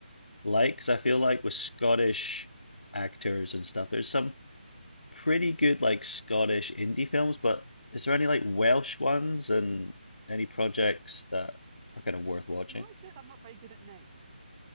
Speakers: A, on the left; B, on the right.
A: like? Because I feel like with Scottish actors and stuff, there's some pretty good like Scottish indie films, but is there any like Welsh ones and any projects that are kind of worth watching?
B: You know, I said I'm not very good at names.